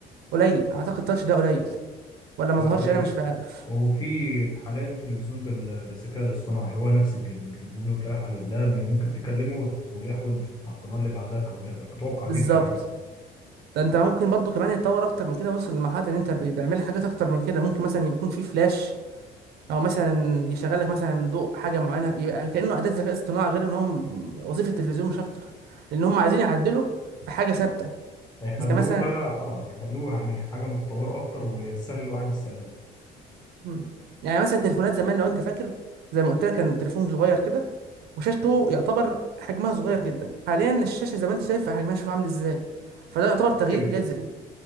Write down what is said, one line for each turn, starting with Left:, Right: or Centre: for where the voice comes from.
Right: قليل اعتقد تاتش ده قليل ولا ما
Left: أه
Right: ظهرش
Left: قليل
Right: انا مش عارف
Left: هو في حاليا تلفزيون بال- بالذكاء الاصطناعي هو نفس الج- التلفزيون اللي اتقال عليه ده ممكن تكلمه ويحود على القناة اللي بعدها أو اللي بعدها. أتوقع
Right: بالظبط
Left: دي إمكانياته
Right: ده انت ممكن برضو كمان يتطور اكتر من كده وصل لمرحله ان انت بي- بيعمل لك حاجات اكتر من كده ممكن مثلا يبقى يكون في فلاش او مثلا يشغل لك مثلا ضوء حاجه معينه يبقى كانه اداه ذكاء اصطناعي غير ان هم وظيفه التلفزيون مش اكتر لان هم عايزين يعدلوا في حاجه ثابته
Left: هيخلوه
Right: زي مثلا
Left: بقى اه يخلوه يعني حاجة متطورة أكتر وسهل الواحد يستخدمها
Right: مم. يعني مثلا تليفونات زمان لو انت فاكر زي ما قلت لك كان تليفون صغير كده وشاشته يعتبر حجمها صغير جدا حاليا الشاشه زي ما انت شايف حجمها شوف عامل ازاي فده يعتبر تغيير
Left: كبرت
Right: جذري